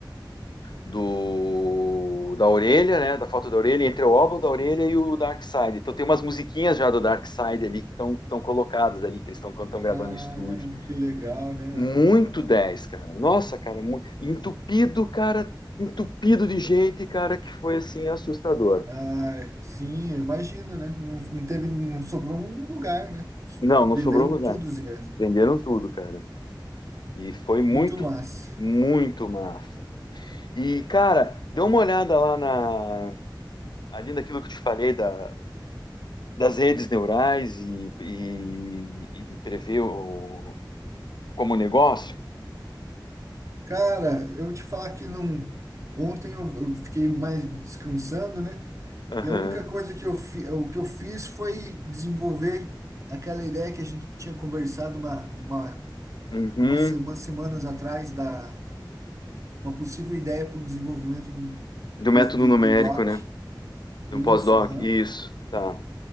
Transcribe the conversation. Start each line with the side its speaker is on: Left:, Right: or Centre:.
Left: do da orelha, né? Da foto da orelha, entre o álbum da orelha e o Dark Side. Então tem umas musiquinhas já do Dark Side ali que estão colocadas ali, que eles estão quando estão gravando
Right: Ah,
Left: em estúdio.
Right: que legal, né?
Left: Muito
Right: Aham.
Left: 10 cara. Nossa, cara, muito... entupido, cara, entupido de gente, cara, que foi assim assustador.
Right: Ah, sim, eu imagino, né? Não, não teve, não sobrou um lugar, né?
Left: Não,
Right: Venderam
Left: não sobrou lugar.
Right: tudo os ingressos.
Left: Venderam tudo, cara. E foi muito,
Right: Muito massa.
Left: muito massa. E, cara, dê uma olhada lá na. Ali naquilo que eu te falei da, das redes neurais e, e, e de prever o, como negócio?
Right: Cara, eu te falar que não. Ontem eu, eu fiquei mais descansando, né?
Left: Aham.
Right: E a única coisa que eu, fi, o que eu fiz foi desenvolver aquela ideia que a gente tinha conversado uma, uma,
Left: Uhum.
Right: há umas se- umas semanas atrás, da uma possível ideia para o desenvolvimento de um,
Left: Do
Right: coisa
Left: método
Right: do,
Left: numérico,
Right: do doc.
Left: né?
Right: Isso,
Left: Do pós-doc.
Right: aham.
Left: Isso, tá.